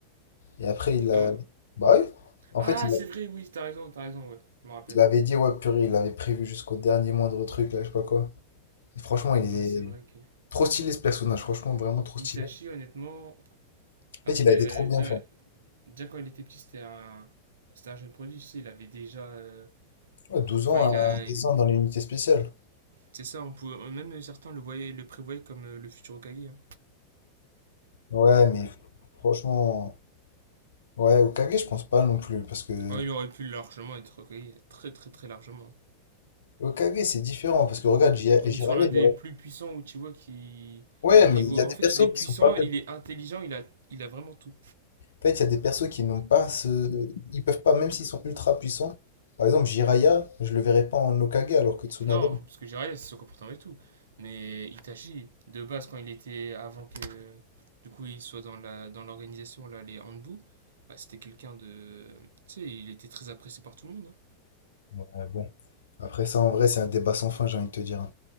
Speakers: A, on the left; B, on the right.
A: Et après, il a,
B: Ah ouais
A: bah oui. En
B: Ah,
A: fait, il,
B: c'est
A: a-
B: vrai, oui, t'as raison, t'as raison, ouais. Je me rappelle.
A: il avait dit ouais purée, il avait prévu jusqu'au dernier moindre truc là, je sais pas quoi. Et franchement, il
B: Ouais,
A: est
B: c'est vrai que.
A: trop stylé ce personnage. Franchement, vraiment trop
B: Itachi,
A: stylé.
B: honnêtement.
A: En
B: ah,
A: fait,
B: c'était
A: il a été
B: euh,
A: trop bien
B: déjà,
A: fait.
B: déjà quand il était petit, c'était un. C'était un jeune prodige, tu sais, il avait déjà. euh,
A: Ouais, 12
B: Enfin,
A: ans
B: il
A: à
B: a. il-
A: dix ans dans l'unité spéciale.
B: C'est ça, on pouvait... euh, même certains le, voyaient, le prévoyaient comme euh, le futur Hokage. hein.
A: Ouais, mais franchement, ouais, Okage, je pense pas non plus, parce que
B: Oh, il aurait pu largement être Hokage, très très très largement.
A: Okage, c'est différent, parce que regarde, Ji-
B: On
A: Jiraiya,
B: est sur l'un
A: il
B: des
A: aurait-
B: plus puissants Uchiwa qui.
A: Ouais,
B: Enfin,
A: mais
B: niveau.
A: il y a
B: En
A: des
B: fait,
A: persos
B: il est puissant,
A: qui sont pas faits.
B: il est intelligent, il a, il a vraiment tout.
A: En fait, il y a des persos qui n'ont pas ce... Ils peuvent pas, même s'ils sont ultra puissants. Par exemple, Jiraiya, je le verrais pas en Okage, alors que Tsunade...
B: Non, parce que Jiraiya, c'est son comportement et tout. Mais Itachi, de base, quand il était. Avant que. Du coup, il soit dans la dans l'organisation, là, les Hanbu, bah, c'était quelqu'un de. Tu sais, il était très apprécié par tout le monde. hein.
A: Ouais, bon. Après ça, en vrai, c'est un débat sans fin, j'ai envie de te dire.